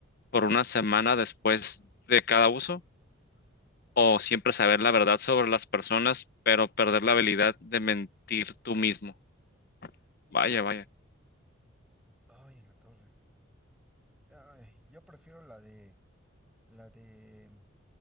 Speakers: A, on the left (about 45°); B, in the centre.
A: por una semana después de cada uso? ¿O siempre saber la verdad sobre las personas, pero perder la habilidad de mentir tú mismo? Vaya, vaya.
B: Ay, en la torre. Ay, yo prefiero la de, la de